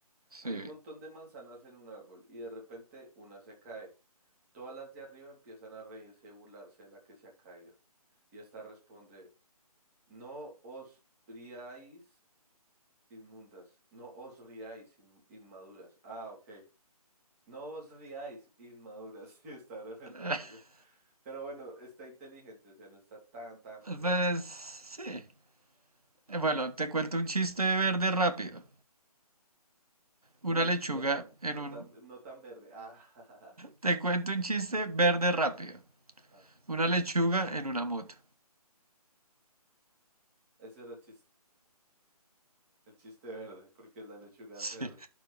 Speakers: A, on the right; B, on the right.
A: Sí.
B: Hay un montón de manzanas en un árbol y de repente una se cae. Todas las de arriba empiezan a reírse y burlarse de la que se ha caído. Y esta responde, ¿no os riáis? Inmundas. No os riáis, in- inmaduras. Ah, ok. No os riáis, inmaduras. <laughs> Sí, está re pendejo.
A: <laughs>
B: sí. Pero bueno, está inteligente, o sea, no está tan, tan pendejo.
A: Pues sí. Eh, Bueno, te cuento un chiste verde rápido.
B: Uy,
A: Una lechuga
B: no tan,
A: en
B: no
A: un...
B: tan, no tan verde. Ah, <laughs> jajaja.
A: Te cuento un chiste verde rápido.
B: ah.
A: Una lechuga en una moto.
B: Ese era el chiste. El chiste verde, porque la lechuga
A: <laughs> Sí,
B: es verde.